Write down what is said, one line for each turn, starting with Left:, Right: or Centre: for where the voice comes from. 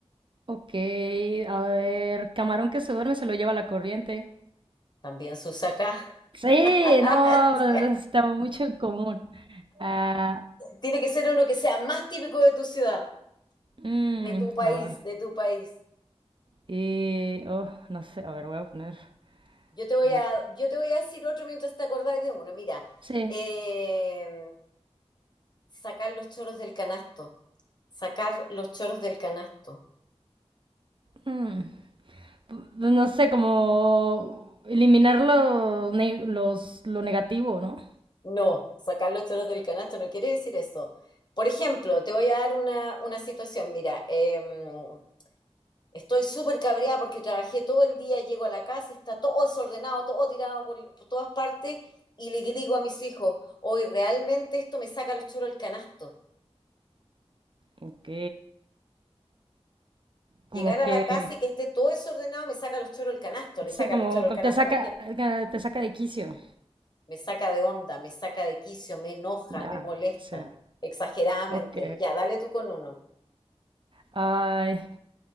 Right: Ok, a ver, camarón que se duerme se lo lleva la corriente.
Left: También se usa acá.
Right: Sí,
Left: <laughs>
Right: no, está mucho en común. Ah,
Left: Tiene que ser uno que sea más típico de tu ciudad,
Right: mm,
Left: de tu país,
Right: a ver.
Left: de tu país.
Right: Y, oh, no sé, a ver, voy a poner
Left: Yo te voy
Right: más.
Left: a, yo te voy a decir otro mientras te acordáis de uno. Mira,
Right: Sí.
Left: eh, sacar los choros del canasto. Sacar los choros del canasto.
Right: mm, pues no sé, como eliminar lo, ne- los, lo negativo, ¿no?
Left: No, sacar los choros del canasto no quiere decir eso. Por ejemplo, te voy a dar una, una situación. Mira, em, estoy súper cabreada porque trabajé todo el día, llego a la casa y está todo desordenado, todo tirado por, por todas partes y le digo a mis hijos, hoy realmente esto me saca los choros del canasto.
Right: Ok, como
Left: llegar a
Right: que...
Left: la casa y que esté todo desordenado me saca los choros del canasto, le
Right: Sí,
Left: saca
Right: como
Left: los choros del
Right: como
Left: canasto
Right: te saca,
Left: a cualquiera.
Right: eh, te saca de quicio.
Left: Me saca de onda, me saca de quicio, me enoja,
Right: Ya,
Left: me molesta,
Right: sí.
Left: exageradamente.
Right: Ok.
Left: Ya, dale tú con uno.
Right: Ay,